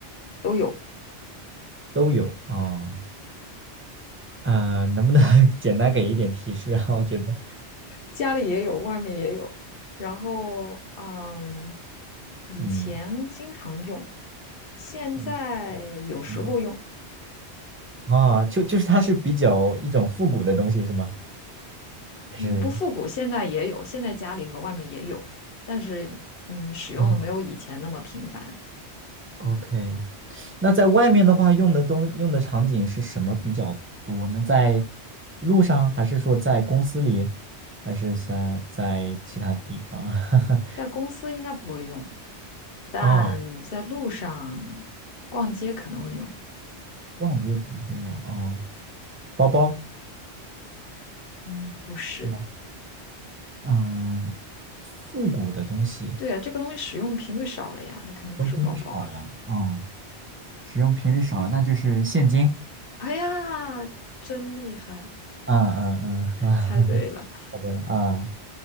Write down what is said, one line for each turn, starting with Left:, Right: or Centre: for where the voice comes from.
Left: 都有，
Right: 都有。哦，呃，能不能 <laughs> 简单给一点提示啊？<laughs> 我觉得，
Left: 家里也有，外面也有。然后，嗯，以前经常用，
Right: 嗯，
Left: 现在有时候用。
Right: 嗯有。哦，就就是它是比较一种复古的东西是吗？还是？
Left: 嗯，不复古，现在也有，现在家里和外面也有，但是嗯，使用的没有以前那么频繁。
Right: 啊 o k 那在外面的话，用的东用的场景是什么比较多呢？在路上，还是说在公司里，还是在在其他地方？<laughs>
Left: 在公司应该不会用，但在路上
Right: 哦
Left: 逛街可能会用。
Right: 挂机可能会用哦，包包
Left: 嗯，不是，
Right: 是吗？嗯，复古的东西，使
Left: 对呀，这个东西使用的频率少了呀，那肯定不是包包。
Right: 用频率少了啊，
Left: <laughs>
Right: 使用频率少了，那就是现金。
Left: 哎呀，真厉害，
Right: 嗯嗯嗯，啊，
Left: 猜对了。
Right: <laughs> 答对了啊，